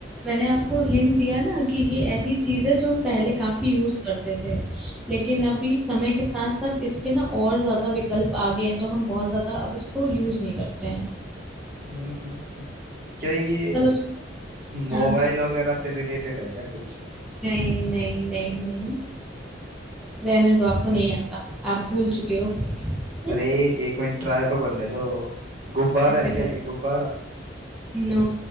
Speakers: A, in the centre; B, on the right.
A: मैंने आपको हिंट दिया ना कि ये ऐसी चीज है जो हम पहले
B: हम्म,
A: काफी यूज करते थे लेकिन अभी समय के साथ साथ इसके ना और ज्यादा विकल्प आ गए हैं तो हम बहुत ज्यादा अब इसको यूज नहीं करते हैं
B: हम्म, हम्म। क्या ये
A: चलो
B: मोबाइल
A: हाँ
B: वगैरह से रिलेटेड है क्या कुछ
A: नहीं नहीं नहीं नहीं रहने दो आपको नहीं आता आप भूल चुके हो हम्म,
B: अरे एक मिनट ट्राई तो करने दो गुब्बारा
A: अच्छा
B: है क्या
A: कर
B: ये गुब्बारा
A: नो